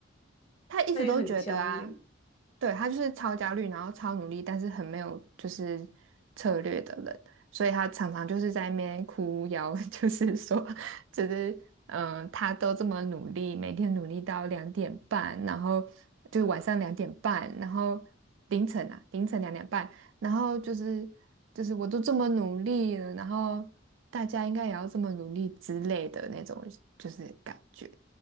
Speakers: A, on the right; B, on the left.
A: 他一直都觉得啊，
B: 他也很焦虑。
A: 对，他就是超焦虑，然后超努力，但是很没有就是策略的人，所以他常常就是在那边哭腰，<laughs> 就是说，就是嗯，呃他都这么努力，每天努力到两点半，然后就是晚上两点半，然后凌晨啊，凌晨两点半，然后就是就是我都这么努力了，然后大家应该也要这么努力之类的那种，就是感觉。